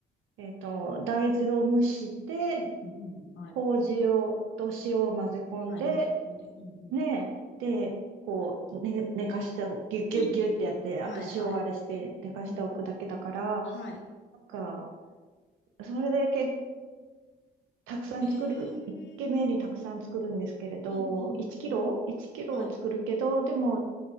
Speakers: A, on the right; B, on the left.
A: えっと、大豆を蒸して、
B: うん、うん、うん。はい。
A: 麹を、
B: うん
A: と塩を混ぜ込んで、
B: はい、混ぜ込んで。うん、
A: ねえ。
B: う
A: で、こう、ね、寝かしておく、ぎゅっぎゅっぎゅってやって、
B: ん。うん。
A: あと塩あれして寝かしておくだけだから、
B: はい、はい。うん。はい。
A: なんか、それでけ、たくさん作る、
B: ええ。
A: 一軒目にたくさん作るんですけれど、
B: うん、うん、
A: 1キロ
B: うん。
A: ?1 キロを作るけど、
B: はい。
A: でも、